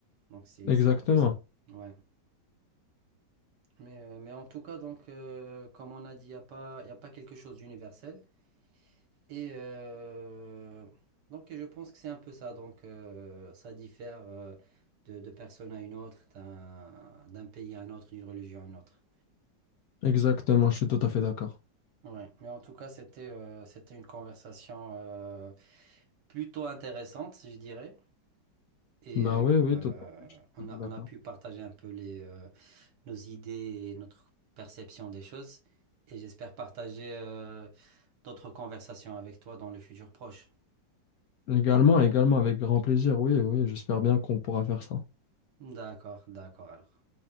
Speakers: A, on the right; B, on the left.
A: Donc c'est
B: exactement.
A: c'est un peu ça. Ouais. Mais, euh, mais en tout cas, donc, euh, comme on a dit, il n'y a pas, y a pas quelque chose d'universel. Et euh, donc, et je pense que c'est un peu ça. Donc, euh, ça diffère euh, de, de personne à une autre, d'un, d'un pays à un autre, d'une religion à une autre.
B: Exactement, je suis tout à fait d'accord.
A: Ouais. Mais en tout cas, c'était euh, c'était une conversation euh, plutôt intéressante, je dirais. Et
B: Ben
A: euh,
B: oui, oui,
A: euh,
B: tout à fait, je suis
A: on
B: tout à fait
A: a,
B: d'accord.
A: on a pu partager un peu les, euh, nos idées et notre perception des choses. Et j'espère partager. euh, d'autres conversations avec toi dans le futur proche.
B: Également, également, avec grand plaisir, oui, oui, j'espère bien qu'on pourra faire ça.
A: D'accord, d'accord alors.